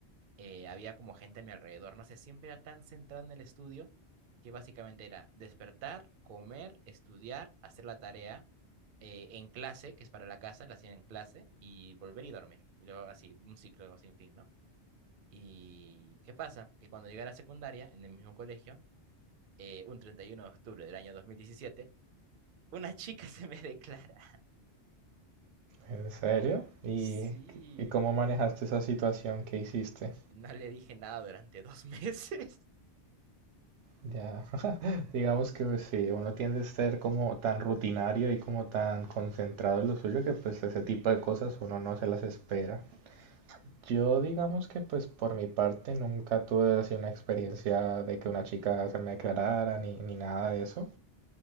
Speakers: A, on the right; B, on the right.
A: eh, había como gente a mi alrededor. No sé, siempre era tan centrado en el estudio que básicamente era despertar, comer, estudiar, hacer la tarea eh, en clase, que es para la casa, la hacía en clase, y volver y dormir. Y luego así, un ciclo sin fin, ¿no? ¿Y qué pasa? Que cuando llegué a la secundaria, en el mismo colegio, eh, un 31 de octubre del año 2017 una chica se me declara.
B: ¿En serio? ¿Y,
A: Sí.
B: y cómo manejaste esa situación que hiciste?
A: No le dije nada durante dos meses. <laughs>
B: Ya, <laughs> digamos que pues, sí, uno tiende a ser como tan rutinario y como tan concentrado en lo suyo que pues ese tipo de cosas uno no se las espera. Yo digamos que pues por mi parte nunca tuve así una experiencia de que una chica se me declarara ni, ni nada de eso.